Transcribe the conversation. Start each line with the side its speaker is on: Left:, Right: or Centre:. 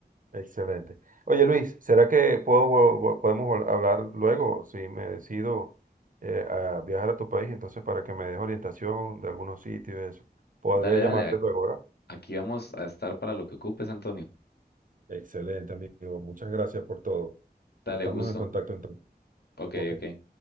Right: Excelente. Oye Luis, ¿será que puedo, vo- vo- podemos vol- hablar luego si me decido eh, a viajar a tu país? Entonces, para que me des orientación de algunos sitios y eso. Podría
Left: Dale,
Right: llamarte
Left: dale, a-
Right: luego, ¿verdad?
Left: aquí vamos a estar para lo que ocupes, Antonio.
Right: Excelente, amigo. Muchas gracias por todo.
Left: Dale,
Right: Estamos
Left: un gusto.
Right: en contacto entonces.
Left: Ok,
Right: Ok.
Left: ok.